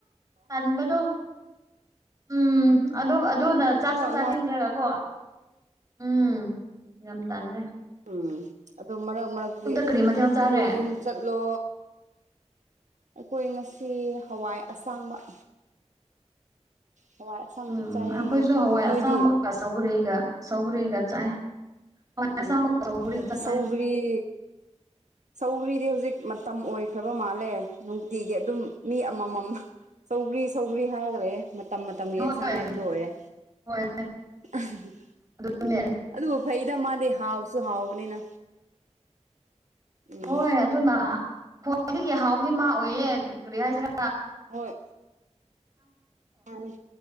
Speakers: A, on the right; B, on the right.
A: ꯑꯕꯗꯣ ꯎꯝ ꯑꯗꯨ ꯑꯗꯨꯅ ꯆꯥꯛꯁꯨ
B: ꯑꯣ ꯑꯉꯥꯡ
A: ꯆꯥꯅꯤꯡꯗ꯭ꯔꯒ ꯀꯣ ꯎꯝ ꯉꯝꯇꯜꯂꯦ
B: ꯎꯝ ꯑꯗꯨꯗ ꯃꯔꯛ ꯃꯔꯛꯇꯤ
A: ꯀꯔꯤ ꯃꯊꯦꯜ
B: ꯅꯈꯣꯏ
A: ꯆꯥꯔꯦ
B: ꯌꯨꯝ ꯆꯠꯂꯣ ꯑꯩꯈꯣꯏ ꯉ ꯁꯤ ꯍꯋꯥꯏ ꯑꯁꯥꯡꯃꯛ ꯍꯋꯥꯏ ꯑꯁꯥꯡꯕ
A: ꯎꯝ
B: ꯆꯥꯏꯌꯦ
A: ꯑꯩꯈꯣꯏꯁꯨ ꯍꯋꯥꯏ
B: ꯅꯣꯏꯗꯤ
A: ꯑꯁꯥꯡꯕꯒ ꯁꯧꯒꯔꯤꯒ ꯁꯧꯒꯔꯤꯒ ꯆꯥꯏ ꯍꯋꯥꯏ
B: ꯑꯣ
A: ꯑꯁꯥꯡꯕꯒ ꯁꯧꯒꯔꯤꯒ ꯆꯥꯏ
B: ꯁꯧꯒꯔꯤ ꯁꯧꯒ꯭ꯔꯤꯗꯤ ꯍꯧꯖꯤꯛ ꯃꯇꯝ ꯑꯣꯏꯈ꯭ꯔꯕ ꯃꯥꯜꯂꯦ ꯅꯨꯡꯇꯤꯒꯤ ꯑꯗꯨꯝ ꯃꯤ ꯑꯃꯃꯝ ꯁꯧꯒ꯭ꯔꯤ ꯁꯧꯒ꯭ꯔꯤ ꯍꯥꯏꯔꯒ꯭ꯔ ꯃꯇꯝ ꯃꯇꯝꯒꯤ
A: ꯍꯣꯏ
B: ꯑꯦꯟꯁꯥꯡ ꯉꯥꯏꯕꯗꯣ ꯑꯣꯏꯔꯦ
A: ꯍꯣꯏ
B: <unintelligible>
A: ꯑꯗꯨꯅꯦ
B: ꯑꯗꯨ ꯐꯩꯗ ꯃꯥꯗꯦ ꯍꯥꯎꯁꯨ ꯍꯥꯎꯕꯅꯤꯅ ꯎꯝ
A: ꯍꯣꯏ ꯑꯗꯨꯅ ꯈ꯭ꯋꯥꯏꯗꯒꯤ ꯍꯥꯎꯕꯗꯤ ꯃꯥ ꯑꯣꯏꯌꯦ ꯀꯔꯤ ꯍꯥꯏꯖꯔꯦ
B: ꯍꯣꯏ ꯃꯥꯅꯤ